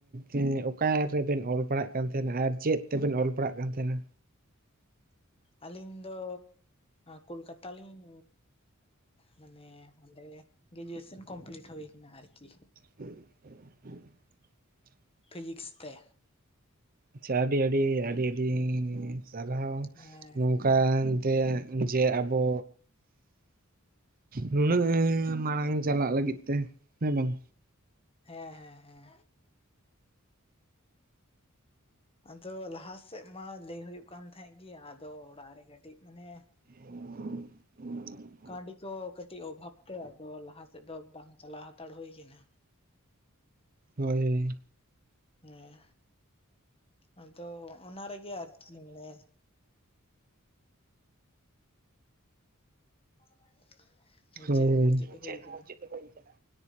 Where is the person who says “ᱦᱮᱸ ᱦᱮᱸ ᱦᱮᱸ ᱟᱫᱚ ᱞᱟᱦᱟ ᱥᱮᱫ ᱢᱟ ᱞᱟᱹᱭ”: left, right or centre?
Left